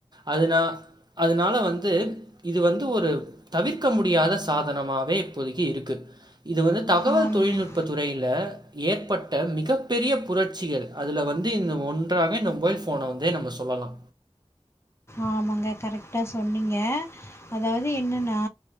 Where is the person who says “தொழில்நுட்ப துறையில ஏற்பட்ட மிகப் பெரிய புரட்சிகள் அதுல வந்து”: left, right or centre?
Right